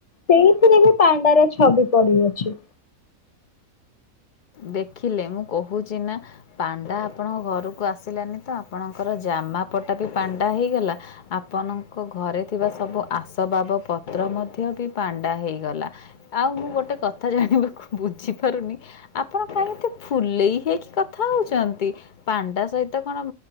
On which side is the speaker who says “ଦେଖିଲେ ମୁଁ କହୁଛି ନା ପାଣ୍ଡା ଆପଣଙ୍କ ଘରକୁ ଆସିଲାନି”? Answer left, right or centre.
Left